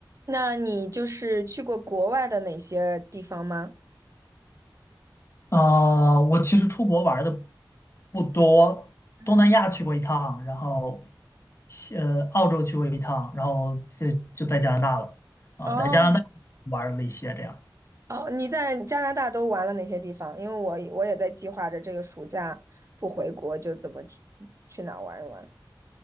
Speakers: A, on the right; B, on the left.
A: 那你就是去过国外的哪些地方吗？
B: 呃，我其实出国玩的不多，
A: 嗯，
B: 东南亚去过一趟，然后西呃澳洲去过一趟，然后就就在加拿大了啊，
A: 哦
B: 在加拿大玩了一些这样
A: 哦，你在加拿大都玩了哪些地方？因为我我也在计划着这个暑假不回国就怎么去去哪儿玩一玩。